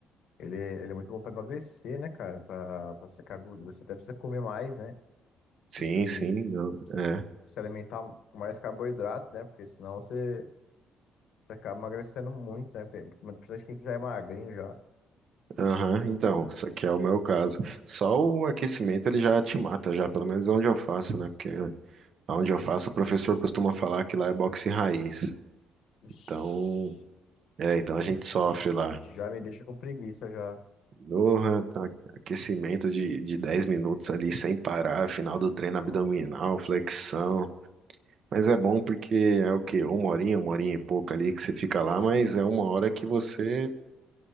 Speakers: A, on the left (about 65°); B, on the right (about 45°).
A: ele, é- ele é muito bom pra emagrecer, né, cara? Pra, pra secar gordura. Você até precisa comer mais, né?
B: Sim,
A: Do que
B: sim, não,
A: precisa
B: é.
A: se alimentar com mais carboidrato, né? Porque senão você, você acaba emagrecendo muito, né? Tem- Principalmente quem que já é magrinho já.
B: Aham, então, isso aqui é o meu caso. Só o aquecimento ele já te mata, já, pelo menos onde eu faço, né? Porque onde eu faço, o professor costuma falar que lá é boxe raiz.
A: Vixe,
B: Então, é, então a gente sofre lá.
A: Já me deixa com preguiça já.
B: Doha, tá- aquecimento de, de 10 minutos ali sem parar, final do treino
A: Nossa.
B: abdominal, flexão. Mas é bom porque é o quê? Uma horinha, uma horinha e pouco ali que você fica lá, mas é uma hora que você